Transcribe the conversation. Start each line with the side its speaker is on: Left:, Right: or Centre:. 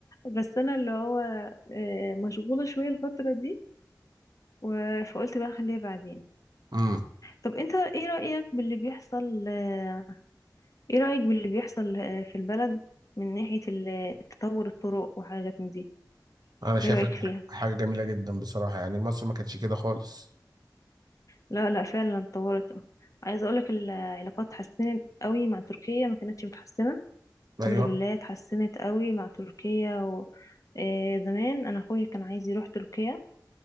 Left: بس انا اللي هو آه، مشغولة شوية الفترة دي و- فقلت بقى خليها بعدين
Right: امم
Left: طب انت ايه رأيك باللي بيحصل آه، ايه رأيك باللي بيحصل آه، في البلد من ناحية ال- تطور الطرق وحاجات من دي
Right: انا شايف
Left: ايه رأيك
Right: إن
Left: فيها
Right: ح- حاجه جميله جدا بصراحه يعني مصر ما كانتش كده خالص
Left: لا لا فعلا اتطورت اه عايزه اقولك العلاقات اتحسنت قوي مع تركيا ما كانتش متحسنه الحمد
Right: ايوه
Left: لله اتحسنت قوي مع تركيا و... آه زمان انا اخويا كان عايز يروح تركيا